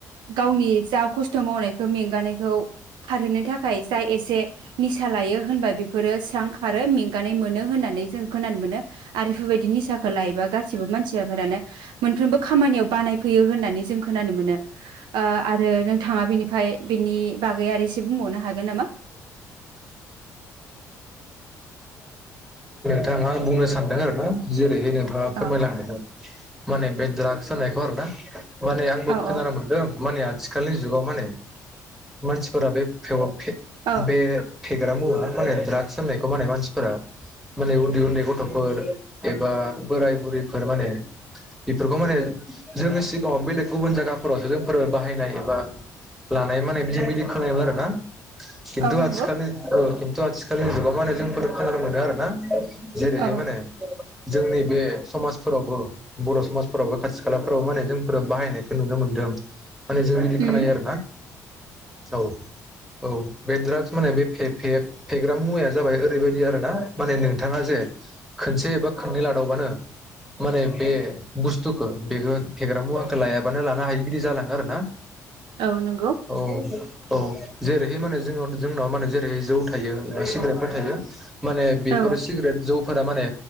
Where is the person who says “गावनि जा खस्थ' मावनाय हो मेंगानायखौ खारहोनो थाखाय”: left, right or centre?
Right